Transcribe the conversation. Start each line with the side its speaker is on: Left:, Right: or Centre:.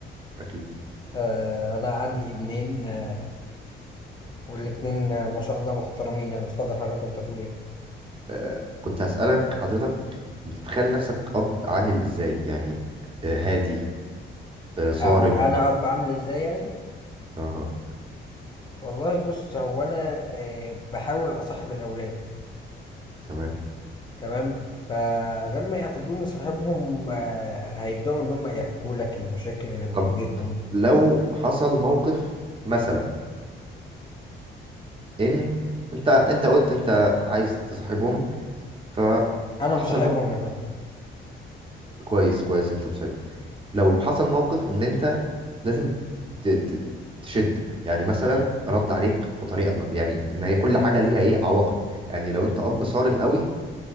Right: اكيد
Left: آه أنا عندي ابنين آه والاتنين آه، ما شاء الله محترمين يعني اتفضل حضرتك كنت هتقول إيه
Right: آه، كنت هسألك حضرتك بتتخيل نفسك اب عامل ازاي يعني آه، هادي آه، صارم
Left: أو أنا أب عامل إزاي يعني
Right: اها
Left: والله بص هو أنا آه بحاول أصاحب الأولاد
Right: تمام
Left: تمام فلما يعتبروني صاحبهم آه، هيبدأوا إن هم يحكوا لك المشاكل اللي بتواجههم
Right: طب لو حصل موقف مثلا ان انت انت قلت انت عايز تصاحبهم فحصل
Left: أنا مصاحبهم
Right: موقف
Left: يا فندم
Right: كويس كويس انت مصاحبه لو حصل موقف ان انت لازم ت- ت- تشد يعني مثلا رد عليك بطريقه م- يعني ان هي كل حاجه ليها ايه عواقب يعني لو انت اب صارم قوي